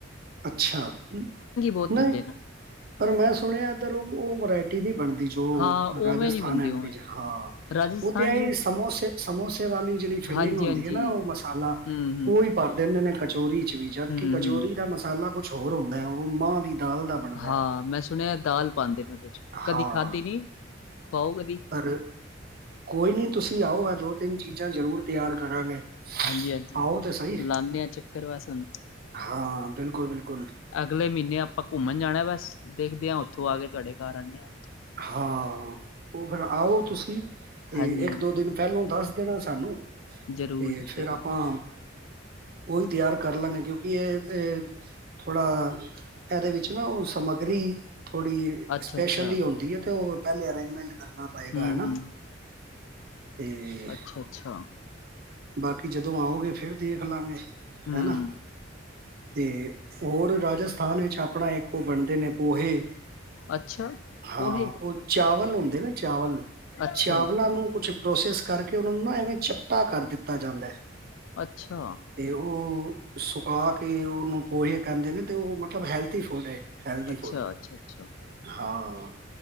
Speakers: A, on the right; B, on the left.
A: ਅੱਛਾ। ਨਹੀਂ
B: ਬਹੁਤ ਦਿੰਦੇ ਨੇ।
A: ਪਰ ਮੈਂ ਸੁਣਿਆ ਏਧਰ ਉਹ- ਉਹ ਵਰਾਇਟੀ ਨਹੀਂ ਬਣਦੀ। ਜੋ
B: ਹਾਂ
A: ਰਾਜਸਥਾਨ
B: ਉਵੇਂ ਨੀ ਬਣਦੀ
A: ਐਮ
B: ਉਵੇਂ
A: ਪੀ ਚ ਹਾਂ।
B: ਰਾਜਸਥਾਨ
A: ਉਹ ਤੇ ਆਈ
B: ਚ
A: ਸਮੋਸੇ ਸਮੋਸੇ ਵਾਲੀ ਜਿਹੜੀ ਫੀਲਿੰਗ
B: ਹਾਂਜੀ-ਹਾਂਜੀ,
A: ਹੁੰਦੀ ਐ। ਨਾ ਉਹ ਮਸਾਲਾ
B: ਹੂੰ-ਹੂੰ,
A: ਓਹੀ। ਭਰ ਦਿੰਦੇ ਨੇ ਕਚੋਰੀ ਚ ਵੀ। ਜਦਕਿ
B: ਹੂੰ-ਹੂੰ।
A: ਕਚੋਰੀ ਦਾ ਮਸਾਲਾ ਕੁਛ ਹੋਰ ਹੁੰਦਾ ਏ। ਉਹ ਮਾਂਹ ਦੀ ਦਾਲ ਦਾ ਬਣਦਾ
B: ਹਾਂ।
A: ਹੈ।
B: ਮੈਂ ਸੁਨਯੈ ਦਾਲ ਪਾਂਦੇ ਨੇ ਓਦੇ ਚ'ਕਦੀ
A: ਹਾਂ,
B: ਖਾਧੀ ਨੀ, ਖਵਾਓ ਕਦੀ।
A: ਪਰ ਕੋਈ ਨੀ ਤੁਸੀ ਆਓ। ਐ ਦੋ-ਤਿੰਨ ਚੀਜ਼ਾਂ ਜ਼ਰੂਰ ਤਿਆਰ ਕਰਾਂਗੇ।
B: ਹਾਂਜੀ- ਹਾਂਜੀ
A: ਆਓ ਤੇ ਸਹੀ
B: ਲਾਨੇ ਆ ਚੱਕਰ ਵੱਸ ਹੁਨ।
A: ਹਾਂ। ਬਿਲਕੁਲ-ਬਿਲਕੁਲ।
B: ਅਗਲੇ ਮਹੀਨੇ ਆਪਾ ਘੁੰਮਨ ਜਾਣੈ। ਬਾੱਸ ਦੇਖਦੇ ਆਂ। ਓਥੋਂ ਆਕੇ ਤਹਾਡੇ ਘਾੱਰ ਆਨੇ ਆ।
A: ਹਾ। ਓ ਫੇਰ ਆਓ ਤੁਸੀ, ਤੇ
B: ਹਾਂਜੀ-ਹਾਂਜੀ
A: ਇੱਕ ਦੋ ਦਿਨ ਪੈਲੋਂ ਦਾੱਸ ਦੇਨਾ ਸਾਨੂੰ
B: ਜ਼ਰੂਰ
A: ਤੇ
B: ਜੀ
A: ਫੇਰ
B: ਜ਼ਰੂਰ
A: ਆਪਾਂ। ਓਈ ਤਿਆਰ ਕਾਰਲਾਂਗੇ ਕਿਓਕਿ ਏ- ਏ। ਥੋੜਾ ਐਦੇ ਵਿੱਚ ਨਾ ਓ ਸਮੱਗਰੀ ਥੋੜੀ।
B: ਅੱਛਾ-ਅੱਛਾ
A: ਸਪੈਸ਼ਲੀ ਹੋਂਦੀ ਏ। ਤੇ ਓ ਪੈਲੇ ਅਰੇਂਜਮੈਂਟ ਕਰਨਾ ਪਏਗਾ‌,
B: ਹੂੰ-ਹੂੰ
A: ਹਨਾ। ਤੇ
B: ਅੱਛਾ- ਅੱਛਾ
A: ਬਾਕੀ ਜਦੋ ਆਓਗੇ ਫੇਰ ਦੇਖਲਾਂਗੇ,
B: ਹੂੰ
A: ਹੈਨਾ। ਤੇ ਔਰ ਰਾਜਸਥਾਨ ਵਿੱਚ ਆਪਣਾ ਇੱਕ ਓ ਬਣਦੇ ਨੇ, ਪੋਹੇ।
B: ਅੱਛਾ
A: ਹਾਂ,
B: ਪੋਹੇ
A: ਉਹ ਚਾਵਲ ਹੁੰਦੇ ਨਾ। ਚਾਵਲ-
B: ਅੱਛਾ
A: ਚਾਵਲਾਂ
B: ਜੀ
A: ਨੂੰ ਕੁਛ। ਪ੍ਰੋਸੈਸ ਕਰਕੇ ਉਹਨਾਂ ਨੂੰ ਨਾ ਐਵੇਂ ਚਪਟਾ ਕਰ ਦਿੱਤਾ ਜਾਂਦਾ।
B: ਅੱਛਾ।
A: ਤੇ ਉਹ ਸੁਕਾ ਕੇ, ਉਹਨੂੰ ਪੋਹੇ ਕਹਿੰਦੇ ਨੇ ਤੇ ਉਹ ਮਤਲਬ ਹੈਲਥੀ ਫੂਡ ਏ। Healthy
B: ਅੱਛਾ-ਅੱਛਾ-ਅੱਛਾ
A: food.
B: ਅੱਛਾ ਅੱਛਾ
A: ਹਾਂ।